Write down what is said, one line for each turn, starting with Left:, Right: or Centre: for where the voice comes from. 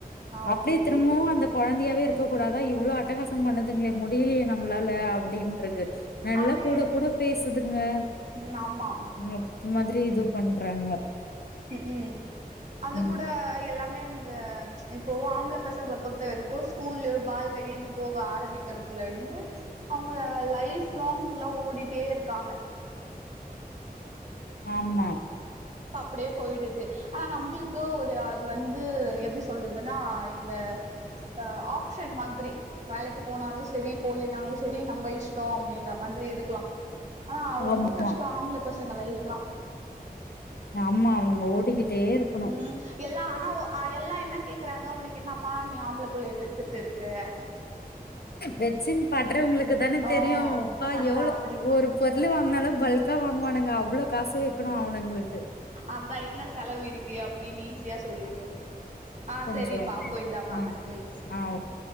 Right: ஆ
Left: அப்டியே
Right: ஓகே
Left: திரும்பவு அந்த கொழந்தையாவே இரு துக் கூடாத இவ்ளோ அ ட்டகாசம் பண்ணுதுங்ளே முடியீலியே நம்ளால அப்டின்ருக்கு நல்லா
Right: அது
Left: கூட கூட பேசுதுங்கா
Right: ம் ஆமா
Left: ம் <unintelligible> <unintelligible> பண்றாங்க
Right: க்ம்க் அது
Left: ம்
Right: கூட எல்லா மே அந்த ச்ச இப்போ ஆம்பள பசங்கள பொறுத்த வெரிக்கோ ஸ்கூல்லு பால்வடி இன்னு போக ஆரம்மிக்கிறதுல இந்து அவுங்க லைஃப் லாங் ஃபுல்லா ஓடிட்டே இருக்காங்க
Left: ஆமா
Right: பிடே போயிடுது ஆனா நம்புளுக்கு ஒரு அது வந்து எப்டி சொல்றதுனா இந்த ஆ ஆப்ஷன் மாதிரி வேலைக்கு போனாலு செரி போலினாலு செரி நம்ப இஷ்டோ அப்டின்ற மாத்ரி இருக்லா ஆனா ரொம்ப
Left: ஆமா
Right: கஷ்டோ ஆம்பள பசங்க லைஃப்லா
Left: ஆமா அவுனுங்க ஓடிக்கி ட்டே இருக்குணு
Right: ம் எல்லா ஆனா ஒ ஆ எல்லா என்னா கேக்குறாங்க உனக்கு என்னாப்பா நீ ஆம்புல புள்ளைய பெத்துட் இருக்கா
Left: வெச்சின் பட்றவுங்குளுக்கு தானே
Right: ஓ
Left: தெரியு பா
Right: அதா
Left: எவ்ளோ
Right: அப்டின்னு
Left: ஒரு பொருள் வாங்னாலு பல்க்கா வாங்வானுங்க அவ்ளோ காசு வெக்கணு அவுனுங்குளுக்கு
Right: அதா என்ன செலவு இருக்கு அப்டின்னு ஈஸியா சொல்லிட்டு ஆ
Left: கொஞ்சோ
Right: சேரிப்பா போயிட்டா வாங்க
Left: ஆ
Right: ம்
Left: ஆ ஓகே